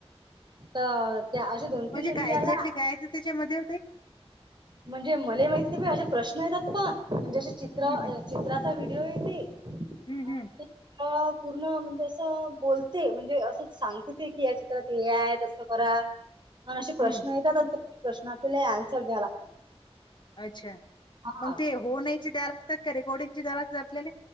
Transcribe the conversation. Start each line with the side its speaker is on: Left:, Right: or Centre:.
Right: तर त्या अशे दोन-तीन
Left: म्हणजे काय
Right: <unintelligible>
Left: एक्झॅक्टली
Right: आला.
Left: काय येत त्याच्यामध्ये होते
Right: म्हणजे मले माहित नाही असे प्रश्न येतात पण म्हणजे असे चित्र
Left: हं, हं,
Right: चित्राचा विडिओ येते आणि
Left: हं, हं,
Right: ते अ पूर्ण म्हणजे असं बोलते म्हणजे असं सांगते ते की या चित्रात हे आहे तसं करा पण अशे प्रश्न
Left: हं.
Right: येतात आणि त्या प्रश्ना आपले आंसर द्या लागतात.
Left: अच्छा
Right: हा
Left: मग ते हो नाहीची द्या लागतात का रेकॉर्डिंगची द्या लागतात आपल्यालये?